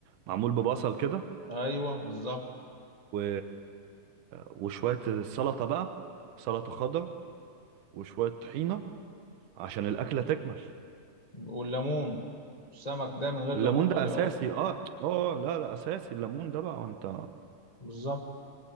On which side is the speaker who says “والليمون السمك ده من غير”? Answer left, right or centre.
Left